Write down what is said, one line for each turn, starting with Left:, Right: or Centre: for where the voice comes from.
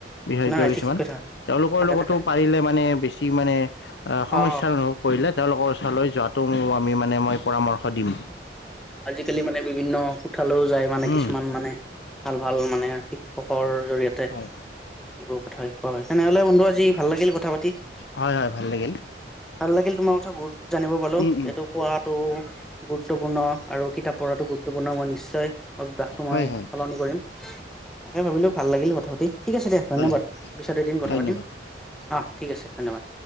Left: বিশেষজ্ঞ
Centre: নাই
Left: কিছুমান।
Centre: ঠিক কথা
Left: তেওঁলোকৰ
Centre: থাকে
Left: লগতো
Centre: থাকে থাকে
Left: পাৰিলে মানে বেছি মানে সমস্যা
Centre: অ
Left: অনুস- পৰিলে তেওঁলোকৰ ওচৰলৈ যোৱাটো উম আমি মানে মই পৰামৰ্শ দিম।
Centre: কালি মানে বিভিন্ন কোঠালৈও যায় মানে
Left: উম
Centre: কিছুমান মানে ভাল ভাল মানে শিক্ষকৰ জৰিয় তে,
Left: হয়
Centre: এইবোৰ কথা <unintelligible> হয় তেনেহ'লে বন্ধু আজি ভাল লাগিল কথা পাতি।
Left: হয় হয় ভাল লাগিল।
Centre: ভাল লাগিল তোমাৰ কথা বহুত জানিব পালো।
Left: উম
Centre: যিহেতু
Left: উম
Centre: খোৱাটো গুৰুত্বপূৰ্ণ আৰু কিতাপ পঢ়াটো গুৰুত্বপূৰ্ণ মই নিশ্চয় অভ্যাসটো মই
Left: হয় হয়
Centre: সলনি কৰিম। তাকে ভাবিলোঁ ভাল লাগিল কথা পাতি, ঠিক আছে দিয়া ধন্যবাদ
Left: হয় হয়
Centre: পিছত এদিন কথা
Left: ধন্যবাদ
Centre: পাতিম। অঁ ঠিক আছে ধন্যবাদ।